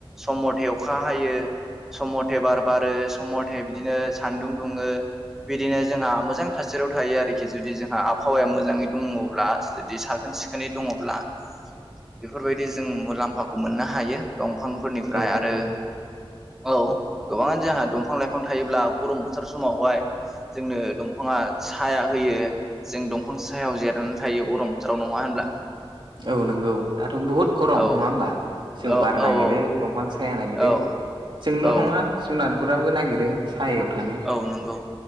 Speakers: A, in the centre; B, on the right.
A: सम मथे अखा हायो। सम मथे बार बारो सम मथे बिदिनो सान्दुं दुङो। बिदिनो जोंहा मोजां थासारियाव थायो आरोखि जुदि जोंहा आबहावाया मोजाङै दङब्ला जुदि साख्रि। साखोन सिखोनै दङब्ला
B: <inaudible>
A: बेफोरबायदि जों मुलाम्फाखौ मोननो हायो दंफांफोरनिफ्राय
B: औ नंगौ
A: आरो। औ गोबाङानो जोंहा दंफां लाइफां थायोब्ला गरम बोथोर समावहाय जोंनो दंफां दंफाङा साया होयो जों दंफां सायाव जिरनानै थायो गरम जाव नङा होनब्ला?
B: औ नंगौ दाथ' बहुद गरम
A: औ
B: नङा होमबा? जों
A: औ
B: बार नागिरो
A: औ औ
B: दंफां साया नागिरो
A: औ
B: जोंल'
A: औ
B: नङा जुनारफोराबो नागिरो। सायायाव थानो।
A: औ नंगौ